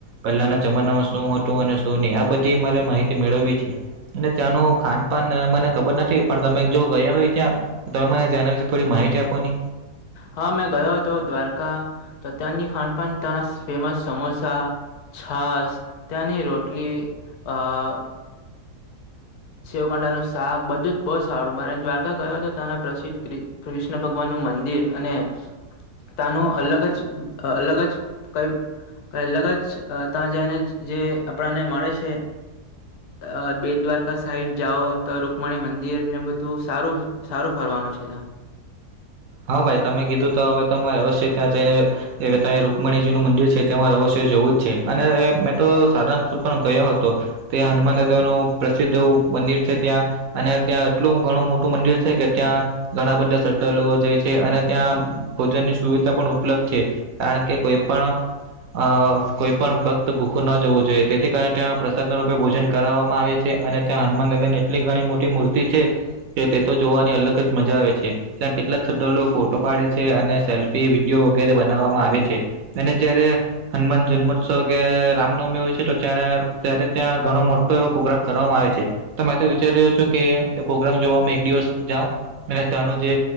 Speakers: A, on the right (about 65°); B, on the left (about 75°).
A: પહેલાના જમાનામાં શું હતું, અને શું નહીં, આ બધી મારે માહિતી મેળવવી છે. અને ત્યાંનું ખાનપાન મને ખબર નથી, પણ તમે જો ગયા હોય ત્યાં તમે મને એના વિશે થોડી માહિતી આપો ની.
B: હા, મેં ગયો હતો દ્વારકા. તો ત્યાંની ખાનપાન, ત્યાંના ફેમસ સમોસા. છાસ, ત્યાંની રોટલી અઅ સેવકાડા નું શાક, બધું જ બહુ સારું. મારે દ્વારકા ગયો હતો, ત્યાંના પ્રસિદ્ધ. કૃષ્ણ ભગવાન નું મંદિર અને તાનો અલગ જ, અલગ જ કંઈ. અલગ જ ત્યાં જઈને જે આપણાને મળે છે. અ બેડ દ્વારકા. આ સાઈડ જાઓ તો, રુકમાણી મંદિર ને બધું સારું સારું ફરવાનું છે‌.
A: હા ભાઈ, તમે કીધું તો હવે તો મારે રે, અવશ્ય ત્યાં જઈને હવે ત્યાં રુકમણીજી નું મંદિર છે, તેમાં અવશ્ય જવું જ છે. અને મેં તો સારંગપુર પણ ગયો હતો. ત્યાં હનુમાન દાદા નું પ્રસિદ્ધ મંદિર છે, ત્યાં અને ત્યાં એટલું ઘણું મોટું મંદિર છે કે ત્યાં ઘણા બધા શ્રદ્ધાળુઓ જાય છે અને ત્યાં ભોજનની સુવિધા પણ ઉપલબ્ધ છે કારણ કે કોઈ પણ અ કોઈ પણ ભક્ત ભૂખું ન જવું જોઈએ તેથી કારણે તે પ્રસાદ ના રૂપે ભોજન કરવામાં આવે છે. અને ત્યાં હનુમાન દાદા ની એટલી ઘણી મોટી મૂર્તિ છે. કે તે તો જોવાની અલગ જ મજા આવે છે ત્યાં કેટલાક ફોટો પાડે છે અને સેલ્ફી વિડીયો વગેરે બનાવવામાં આવે છે અને જયારે હનુમાન જન્મ સ કે રામનવમી હોય છે તો ત્યારે ત્યાં ઘણો મોટો એવો પ્રોગ્રામ કરવામાં આવે છે. તો વિચારી રહ્યો છો કે પોગ્રામ જોવામાં એક દિવસ જાવ અને ત્યાંનું જે